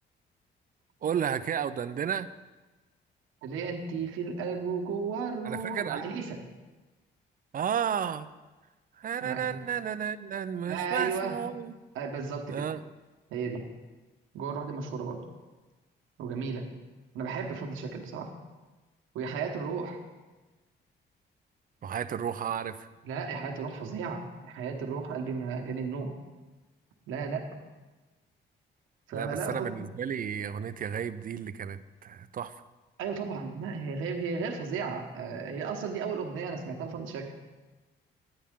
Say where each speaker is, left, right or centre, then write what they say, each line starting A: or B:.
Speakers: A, on the right; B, on the right.
A: قول لها كده أو دندنة
B: اللي هي أنت في القلب وجوه الروح
A: أنا فاكر
B: مع
A: قال-
B: إليسا
A: آه <laughs>
B: مع إليسا
A: مش
B: أيوه
A: مسموع
B: آه بالظبط
A: اه
B: كده هي دي جوه الروح دي مشهورة برضه وجميلة أنا بحب فضل شاكر بصراحة ويا حياة الروح
A: وحياة الروح اعرف
B: لا يا حياة الروح فظيعة يا حياة الروح قلبي ما جاني النوم لا لا فلا
A: لا بس
B: فضل
A: انا بالنسبه لي اغنيه يا غايب دي اللي كانت تحفه
B: ايوه طبعا لا هي غير هي غير فظيعه آه، هي اصلا دي اول اغنيه انا سمعتها لفضل شاكر